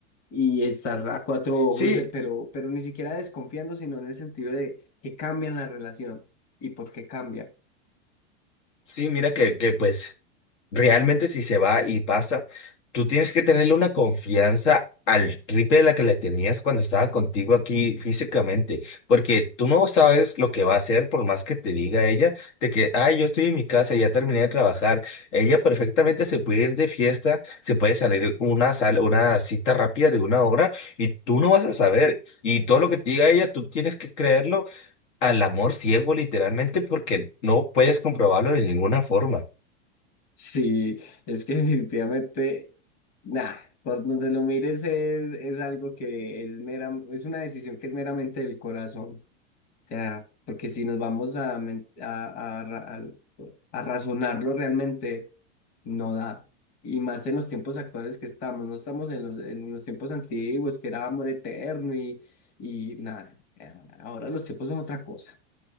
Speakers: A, on the left; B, on the left.
A: Y estar a cuatro ojos,
B: Sí,
A: eh, pero, pero ni siquiera desconfiando, sino en el sentido de que cambian la relación. ¿Y por qué cambia?
B: sí, mira que, que pues realmente si se va y pasa, tú tienes que tenerle una confianza al triple de la que le tenías cuando estaba contigo aquí físicamente, porque tú no sabes lo que va a hacer por más que te diga ella de que, ay, yo estoy en mi casa, ya terminé de trabajar. Ella perfectamente se puede ir de fiesta, se puede salir una sal, una cita rápida de una hora y tú no vas a saber. Y todo lo que te diga ella, tú tienes que creerlo al amor ciego literalmente porque no puedes comprobarlo de ninguna forma.
A: Sí, es que <laughs> definitivamente, nah, por donde lo mires es, es algo que es mera, es una decisión que es meramente del corazón. O sea, porque si nos vamos a, men- a, a ra- a- a razonarlo realmente, no da. Y más en los tiempos actuales que estamos, no estamos en los, en los tiempos antiguos, que era amor eterno y, y nada. eh, Ahora los tiempos son otra cosa.